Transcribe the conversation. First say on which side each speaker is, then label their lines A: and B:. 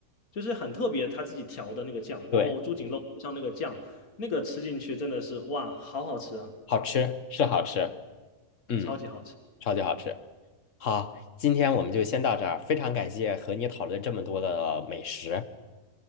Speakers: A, on the left (about 85°); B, on the left (about 60°).
A: 就是很特别他自己调的那个酱，
B: 对，
A: 然后猪颈肉配上那个酱，那个吃进去真的是哇，好好吃啊，
B: 好吃，是好吃，嗯，
A: 超级好吃。
B: 超级好吃。好，今天我们就先到这儿，非常感谢和你讨论这么多的美食。